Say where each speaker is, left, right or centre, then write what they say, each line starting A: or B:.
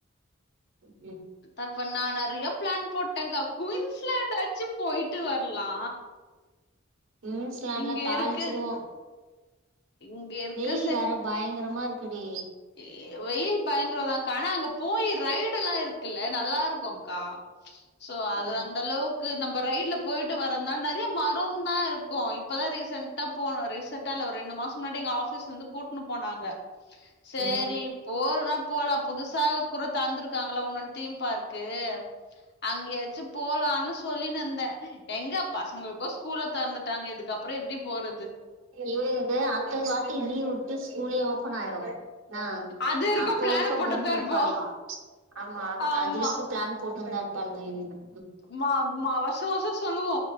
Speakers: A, on the right; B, on the left.
A: <unintelligible>
B: அப்ப நானு அந் நெறைய பிளான் போட்டங்க்கா குயின்ஸ்லாண்டாச்சு போயிட்டு வரலா
A: குய்ண்ஸ்லாண்ட்லா
B: இங்க
A: தாளிச்சிடுவோ
B: இருக்கு இங்க இருக்கு
A: வெயில் வேற பயங்கரமா இருக்குடி
B: ஏ வெயில் பயங்கரதாக்கா ஆனா அங்க போய் ரைடெல்லா இருக்குல்ல நல்லா இருக்கும் அக்கா சோ அது
A: ம்
B: அந்தளவுக் கு நம்ப ரைட்ல போயிட்டு வரதநால நெறைய மரம்தா இருக்கும் இப்பதா ரீசண்டா போனோ ரீசெண்டா இல்ல ரெண்டு மாச முன்னாடி எங்க ஆபிஸ்ல இருந்து கூட் இட்னுபோனாங்க சரி
A: ம்
B: போறதுன்னா போலா புதுசா குரு தந்துருக்காங்கள ஒன்னொன்னு தீம் பார்க்கு யோ <unintelligible> அங்கயாச்சு போலான்னு சொல்லினுயிருந்தே எங்க பசங்களுக்கோ ஸ்கூல தெறந்துட்டாங்க இதுக்குப்புற எப்டி போறது
A: இருந்து அடுத்த வாட்டி லீவு விட்டு ஸ்கூலே ஓபன் ஆயிடும் ஆ
B: அது வரைக்கு
A: அப்போ
B: பிளான
A: வெரைக்கு
B: போட்டுதா
A: கொம்முன்னு இருப்பாலுக
B: இருப்போ
A: ஆமா
B: ஆமா
A: அது வரைக்கு பிளான் போட்டு தா இருப்பாலுங்க இ
B: மா மாவா <unintelligible> வருஷ வருஷ சொல்லுவோ